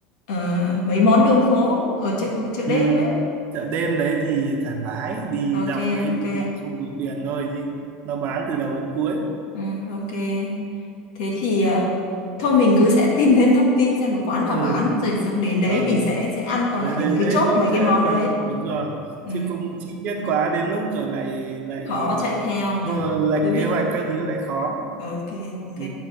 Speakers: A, on the left; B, on the right.
A: ờ, mấy món đường phố ở chợ chợ đêm
B: ừ.
A: ấy.
B: chợ đêm đấy thì thoải mái đi
A: Ok,
B: dọc đấy
A: ok.
B: thì sợ không đủ tiền thôi chứ nó bán từ đầu đến cuối
A: Ừ, ok. Thế thì ờ, thôi mình cứ sẽ tìm thêm thông tin xem một quán nào
B: ừ
A: bán rồi xong đến đấy
B: Ờ.
A: mình sẽ sẽ ăn còn
B: Để
A: lại
B: đến
A: mình cứ
B: đấy
A: chốt
B: mình
A: mấy
B: sẽ
A: cái món đấy.
B: mình, đúng rồi
A: Ừ,
B: chứ cũng chi tiết quá đến lúc rồi lại lại
A: khó chạy theo nhỉ.
B: thôi lệch
A: Cứ bị
B: kế hoạch các thứ lại khó
A: ok ok.
B: ừ,